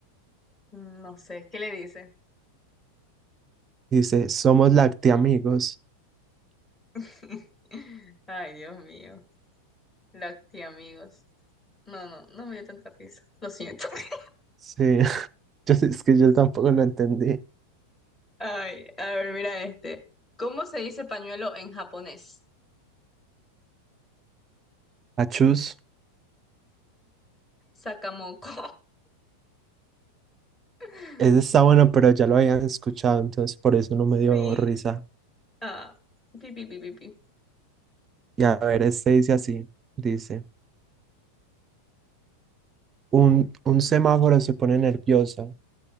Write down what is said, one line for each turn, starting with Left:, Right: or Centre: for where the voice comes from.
Left: mm, no sé, ¿qué le dice?
Right: Dice, somos lactiamigos.
Left: <laughs> Ay, Dios mío. Lacti, amigos. No, no, no me dio tanta risa. Lo siento. <laughs>
Right: Sí, <laughs> yo, es que yo tampoco lo entendí.
Left: Ay, a ver, mira este. ¿Cómo se dice pañuelo en japonés?
Right: achus.
Left: <laughs> Sakamoko. <laughs>
Right: Ese está bueno, pero ya lo habían escuchado, entonces por eso no me dio
Left: Sí.
Right: risa.
Left: Ah, pi, pi, pi, pi, pi.
Right: Y a ver, este dice así, dice, un, un semáforo se pone nervioso